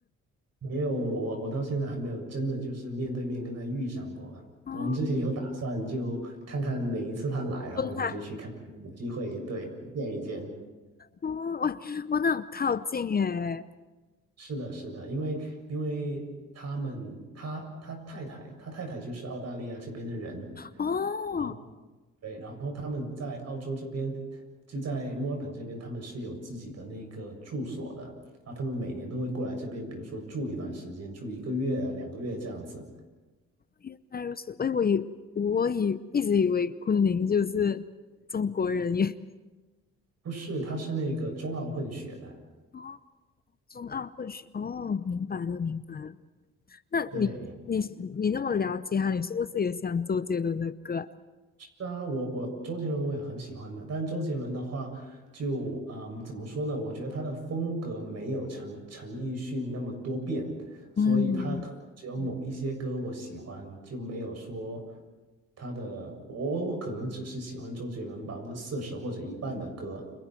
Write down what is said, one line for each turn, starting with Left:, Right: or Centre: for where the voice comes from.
Right: 没有我我到现在还没有真的就是面对面跟他遇上过。
Left: 哦，
Right: 我们之前有打算就看看哪一次他来，然后我们就去看看有没有机会对见一见。
Left: 蹲他，哦，喂，哇，那很靠近耶。
Right: 是的，是的，因为因为他们他他太太他太太就是澳大利亚这边的人，
Left: 哦，
Right: 然后对，然后他们在澳洲这边就在墨尔本这边，他们是有自己的那个住所的，然后他们每年都会过来这边，比如说住一段时间，住一个月、两个月这样子。
Left: 原来如此。哎，我以我以一直以为昆凌就是中国人耶。
Right: 不是，他是那个中澳混血的，
Left: 哦，中澳混血。哦，明白了，明白了。那你你你那么了解他，
Right: 对，
Left: 你是不是也喜欢周杰伦的歌啊
Right: 是啊，我我周杰伦我也很喜欢的，但周杰伦的话就，嗯怎么说呢？我觉得他的风格没有陈陈奕迅那么多变，所以他可能只有某一些歌我喜欢，
Left: 嗯。
Right: 就没有说他的我我我可能只是喜欢周杰伦百分之四十或者一半的歌，